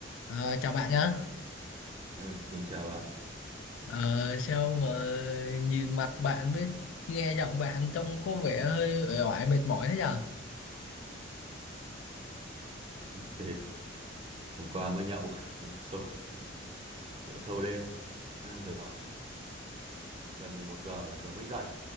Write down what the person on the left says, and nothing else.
Ờ, chào bạn nhá.
Ờ, sao mà nhìn mặt bạn với nghe giọng bạn trông có vẻ hơi uể oải mệt mỏi thế nhờ?